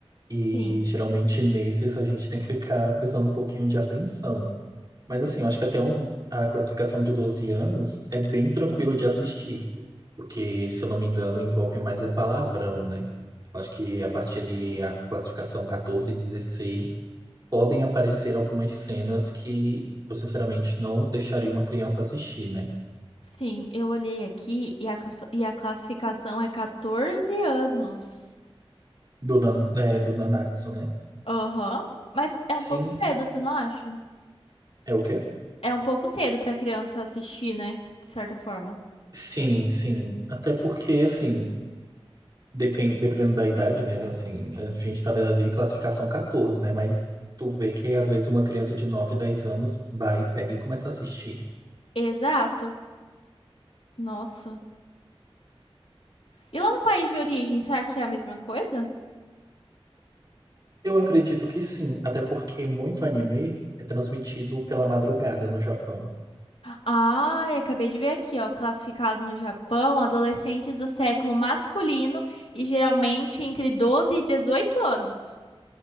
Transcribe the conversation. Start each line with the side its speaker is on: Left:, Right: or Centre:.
Right: E
Left: Sim,
Right: geralmente nesses a gente tem que ficar prestando um pouquinho de atenção. Mas assim, eu acho que até uns, a classificação de 12 anos é bem tranquilo de assistir. Porque, se eu não me engano, envolve mais é palavrão, né? Eu acho que a partir de a classificação 14 e 16 podem aparecer algumas cenas que eu, sinceramente, não deixaria uma criança assistir, né?
Left: sim, eu olhei aqui e a, class- e a classificação é 14 anos.
Right: Do, nan, né, do Nanatsu, né?
Left: Aham. Mas é
Right: Sim,
Left: um pouco cedo, você não acha?
Right: é o quê?
Left: É um pouco cedo pra criança assistir, né? De certa forma.
Right: Sim, sim. Até porque, assim, depen- dependendo da idade, né? Assim, a gente tá vendo ali classificação 14, né? Mas tu vê que às vezes uma criança de nove dez anos vai, pega e começa a assistir.
Left: Exato. Nossa. E lá no país de origem, será que é a mesma coisa?
Right: Eu acredito que sim, até porque muito anime é transmitido pela madrugada no Japão.
Left: Ai, acabei de ver aqui, ó. Classificado no Japão, adolescentes do século masculino e geralmente entre doze e dezoito anos.